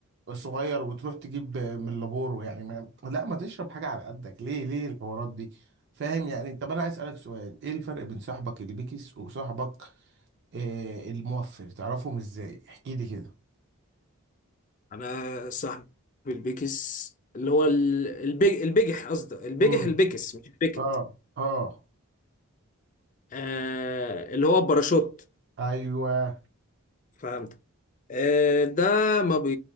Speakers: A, on the right; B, on the left.
A: صغير وتروح تجيب من لابورو يعني ما لا ما تشرب حاجه على قدك ليه ليه الحوارات دي فاهم يعني طب انا عايز اسالك سؤال ايه الفرق بين صاحبك البيكس وصاحبك آه الموفر تعرفهم ازاي احكي لي كده
B: انا صاحب البيكس اللي هو ال- البي... البجح قصدي البجح
A: امم
B: البيكس مش البيكت
A: اه اه
B: آه اللي هو الباراشوت
A: ايوه
B: فهمت آه، ده ما بي